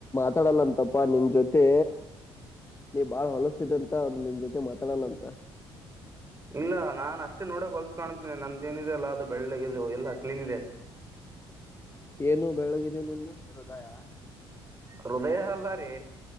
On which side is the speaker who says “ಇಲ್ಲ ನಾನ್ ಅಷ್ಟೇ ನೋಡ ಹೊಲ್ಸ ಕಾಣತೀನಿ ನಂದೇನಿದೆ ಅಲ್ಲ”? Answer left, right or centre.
Right